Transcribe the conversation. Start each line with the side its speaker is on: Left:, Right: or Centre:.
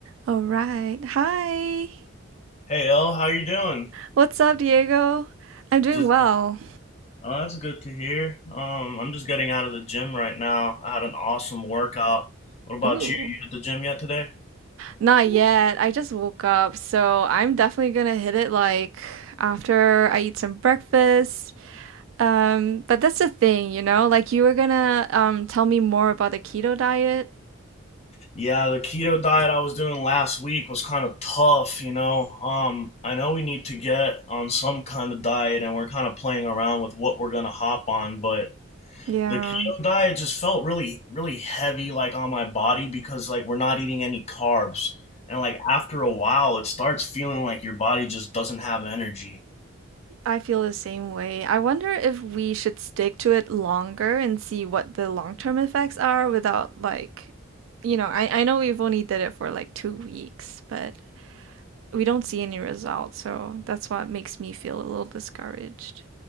Right: All right. Hi.
Left: Hey L, how you doing?
Right: What's up, Diego? I'm doing
Left: Just
Right: well.
Left: oh, that's good to hear. Um, I'm just getting out of the gym right now. I had an awesome workout. What about
Right: Ooh.
Left: you? You hit the gym yet today?
Right: Not yet. I just woke up, so I'm definitely gonna hit it like after I eat some breakfast. Um, but that's the thing, you know, like you were gonna um tell me more about the keto diet.
Left: Yeah, the keto diet I was doing last week was kind of tough, you know. Um, I know we need to get on some kind of diet and we're kind of playing around with what we're gonna hop on, but
Right: Yeah,
Left: The keto diet just felt really, really heavy, like on my body because like we're not eating any carbs. And like after a while, it starts feeling like your body just doesn't have energy.
Right: I feel the same way. I wonder if we should stick to it longer and see what the long-term effects are without like, you know, I, I know we've only did it for like two weeks, but we don't see any results. So that's what makes me feel a little discouraged.